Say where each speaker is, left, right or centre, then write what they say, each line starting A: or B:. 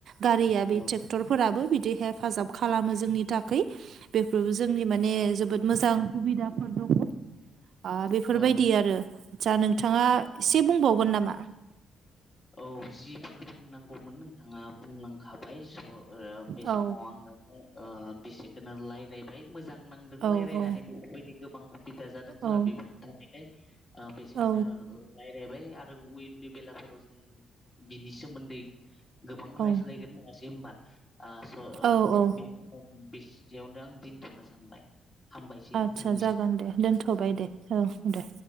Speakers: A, on the right; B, on the left.
A: गारिया बे
B: औ
A: ट्रेक्टरफोराबो बिदि हेफाजाब खालामो जोंनि थाखाय बेफोरबो जोंनि माने जोबोद मोजां खुबिदाफोर दङ आ बेफोरबायदि
B: औ
A: आरो आदसा नोंथाङा
B: औ
A: एसे बुंबावगोन नामा
B: औ जिफोर बुंनांगौमोन नोंथाङा बुंलांखाबाय स' ओ बे
A: औ
B: समाव आंङो ओ बेसेक खोनो लायरायबाय मोजां नांदों
A: औ
B: लायरायनानै
A: औ
B: बेफोरबायदि गोबां बिदा जादों जोंना
A: औ
B: बेफोर थानायखाय ओ बेसेखोनो
A: औ
B: लाइ रायबाय आरो उइननि बेलाफोराव जों बिनि सोमोन्दै गोबां
A: औ
B: रायज्लायगोन होनासै होमबा आ स'
A: औ
B: बे-बेखबर
A: औ
B: बिसनियावनो आं दिनथ'नो सानबाय हामबायसै
A: आदसा
B: नोंथांनिसिम
A: जागोन दे दोनथ'बाय दे ओ दे